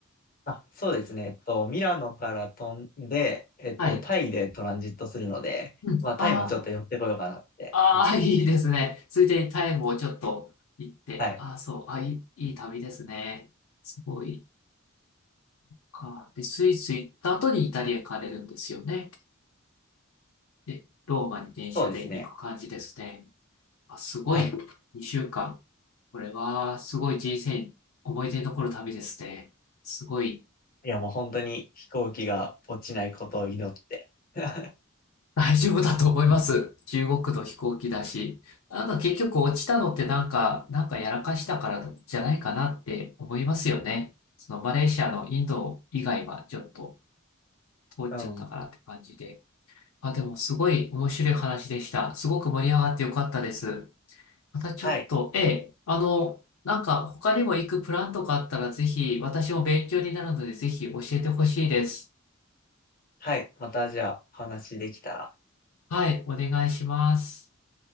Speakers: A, on the left; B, on the left.
A: あ、そうですね。えっと、ミラノから飛んで、えっと、
B: はい。
A: タイでトランジットするので、
B: うん。
A: まあ、
B: あ
A: タイもちょっと寄ってこようかなって思って。
B: あ、ああ、<laughs> いいですね。ついでにタイもちょっと行って。
A: はい。
B: ああ、そう。あ、いい、いい旅ですね。すごい。か。で、スイス行った後にイタリア行かれるんですよね。で、ローマに電車で行く感じですね。
A: そうですね。
B: あ、すごい。
A: はい。
B: 2週間。これは、すごい人生、思い出に残る旅ですね。すごい、
A: いや、もう本当に飛行機が落ちないことを祈って。<laughs>
B: 大丈夫だと思います。中国の飛行機だし。なんか結局落ちたのってなんか、なんかやらかしたからじゃないかなって思いますよね。そのマレーシアのインド以外はちょっと通っちゃったからって感じで。
A: うん。
B: あ、でもすごい面白い話でした。すごく盛り上がってよかったです。またちょっと、
A: はい。
B: ええ、あの、なんか他にも行くプランとかあったらぜひ、私も勉強になるのでぜひ教えてほしいです。
A: はい。またじゃあ、お話できたら
B: はい、お願いします。